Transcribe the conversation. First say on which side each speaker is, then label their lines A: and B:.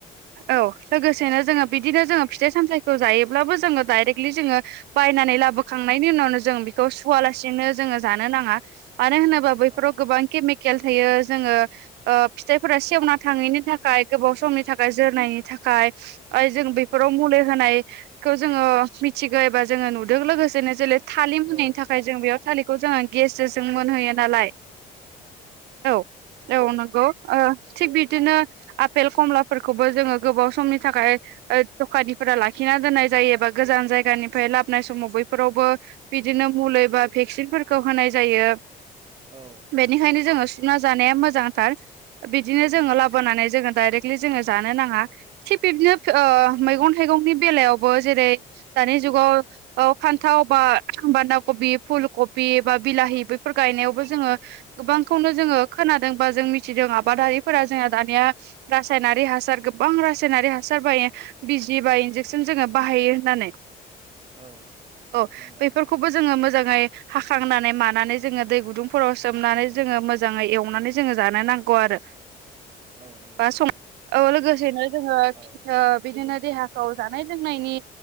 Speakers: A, on the right; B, on the right.
A: औ लोगोसेनो जोङो बिदिनो जोङो फिथाइ सामथथायखौ जायोब्लाबो जोङो डाइरेक्टलि जोङो बाय नानै लाबोखांनायनि उनावनो जों बेखौ सुवा लासिनो जोङो जानो नाङा मानो होनोबा बैफोराव
B: औ
A: गोबां केमिकेल थायो जोङो ओ फिथाइफोरा सेवना थाङैनि थाखाय गोबाव समनि थाखाय जोरनायनि थाखाय जों
B: औ
A: बेफोराव मुलि होनायखौ जोङो मिथिगौ एबा जोङो नुदों लोगोसेनो जोलै थालिर मोनैनि
B: औ
A: थाखाय जों बेयाव थालिरखौ जोङो गेस जों मोनहैयो नालाय औ औ नंगौ थिग बिदिनो आफेल खमलाफोरखौबो जोङो गोबाव समनि थाखाय ओ दखानिफोरा लाखि ना दोननय जायो बा लाबनाय समाव बैफोरावबो बिदिनो मुलि बा भेकसिनफोर खौ होनाय जायो
B: औ
A: बेनिखायनो जोङो सुना जानाया मोजांथार बिदिनो
B: औ
A: जोङो
B: नंगौ
A: लाबोनानै जोङो डायरेक्टलि जोङो जानो नाङा थि बिदिनो ओ
B: औ
A: मैगं थाइगंनि बेलायावबो जेरै दानि जुगाव फान्थाव बा बान्दा कबि फुल कबि बिलाहि बेफोर गायनायावबो जोङो गोबांखौनो जोङो खोनादों एबा मिथिदों आबादारिफोरा जोंना दानिया रासायनारि हासार गोबां रासायनारि हासार बायो बिजि बायो इनजेकसन जोङो बाहायो होननानै
B: औ
A: अ
B: नंगौ
A: बेफोरखौबो जोङो मोजांङै मोजाङै हाखांनानै मानानै जोङो दै गुदुंफोराव सोमनानै जोङो मोजाङै एवनानै जोङो जानो नां गौ आरो
B: औ नंगौ
A: बा
B: नंगौ
A: सम औ लोगोसेनो जोङो
B: औ औ
A: बिदिनो देहाखौ जानाय लोंनायनि